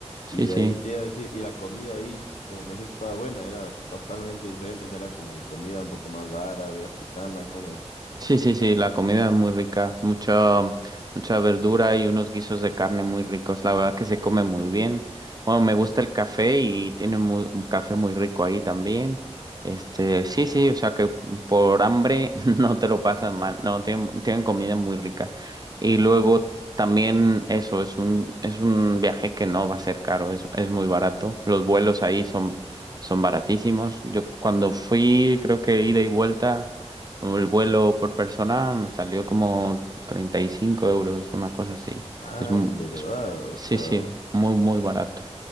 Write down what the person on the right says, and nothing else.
Sí,
sí.
Sí, sí, sí, la comida es muy rica, mucha, mucha verdura y unos guisos de carne muy ricos. La verdad que se come muy bien. Bueno, me gusta el café y tiene muy- un café muy rico ahí también. Este, sí, sí, o sea que por hambre <laughs> no te lo pasas mal. No, tienen, tienen comida muy rica. Y luego también eso, es un, es un viaje que no va a ser caro, es, es muy barato. Los vuelos ahí son, son baratísimos. Yo cuando fui, creo que ida y vuelta. El vuelo por persona nos salió como 35 euros, una cosa así.
Es, mu-
es-
sí,
sí, muy, muy barato.